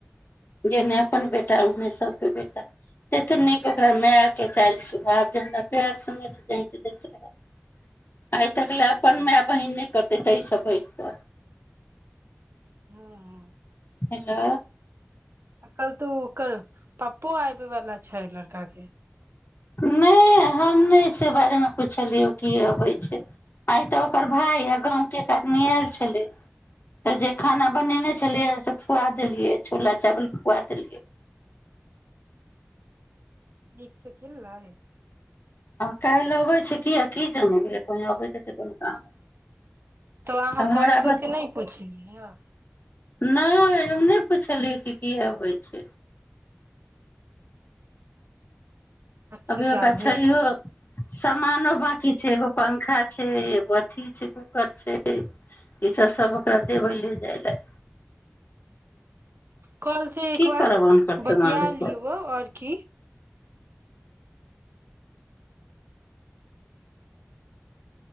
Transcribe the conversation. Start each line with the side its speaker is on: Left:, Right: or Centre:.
Left: जेहने अपन बेटा ओहने सभके बेटा ततनीक ओकरा मायके चालि सुह आब जरा पएर समेत जाँति दैत रहय आइ तक लए अपन माय बहीन नहि करतै ताहिसँ बैठतऽ
Right: हँ
Left: हेलो
Right: कल तू ओकर पप्पो आयब बला छै लड़काके
Left: नहि हम नहि से बारेमे पुछलियै की अबै छै आइ तऽ ओकर भाय आ गाँवके एक आदमी आयल छलै तऽ जे खाना बनेने छलियै हे से खुआ देलियै छोला चावल खुआ देलियै
Right: नीक से खेलल ह
Left: आ काल्हि अबै छै किया की जमन कह अबै ततऽ कोनो काम
Right: तो
Left: आब
Right: अहाँ
Left: हमरा
Right: कॉल करके
Left: बत
Right: नहि पुछलियै ह
Left: नहि हम नहि पुछलियै क की अबै छै
Right: अच्छा
Left: अभियो
Right: जा
Left: क
Right: दियौ
Left: छैयो सामानो बकी छै एगो पंखा छै एगो अथी छै ओकर छै ई सब सब ओकरा देबै ले जाय ले
Right: कल से एक
Left: की
Right: बार
Left: करब हुनकर
Right: बतिया
Left: सामान देखब
Right: लिय आओर की